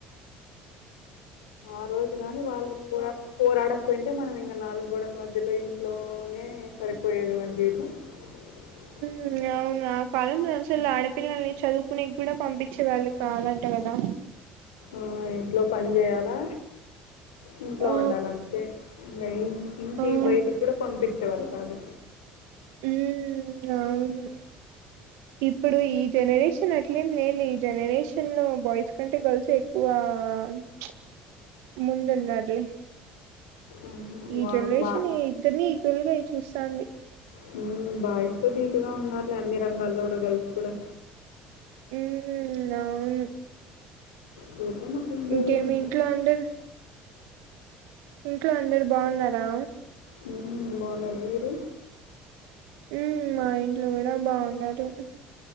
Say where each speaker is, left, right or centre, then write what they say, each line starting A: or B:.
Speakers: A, on the left; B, on the right.
A: ఆ రోజు గాని వాళ్ళు పోర పోరాడక్ కుంటే మనం ఇంకా నాలుగు గోడల మధ్యల ఇంట్లోనే సరిపోయేది మన జీవితం అ
B: ఊ అవును ఆ కాలంలో అసలు ఆడపిల్లల్ని చదువుకునే కూడా పంపించేవాళ్ళు కాదంట కదా
A: ఆ ఇంట్లో పని చేయాలా ఇంట్లో
B: ఆ
A: వండాలంతే ఇంకా ఏం ఇంటి
B: ఆ ఉమ్
A: బయటికి కూడా పంపించేవాళ్ళు కాదు
B: ఊ ఆవును ఇప్పుడు ఈ జనరేషన్ అట్లేం లేదు ఈ జనరేషన్ లో బాయ్స్ కంటే గర్ల్స్ ఎక్కువ అ ప్చ్ ముందున్నారులే
A: ఉమ్,
B: ఈ
A: వా-
B: జనరేషన్
A: బా
B: ఇద్దరిని ఈక్వల్గా అయి చూస్తాంది
A: హు బాయ్స్ దీటుగా ఉన్నారులే అన్ని రంగాల్లో కూడా గర్ల్స్ కూడా.
B: ఉహు్ అవును
A: తోటమా పిండే
B: ఇంకేమి
A: అంతకే
B: ఇంట్లో అందరు ఇంట్లో అందరు అందరూ బావున్నారా.
A: హుమ్మ్ బావున్నార్ మీరు
B: ఊమ్ మా ఇంట్లో గూడా బావున్నారు. హు్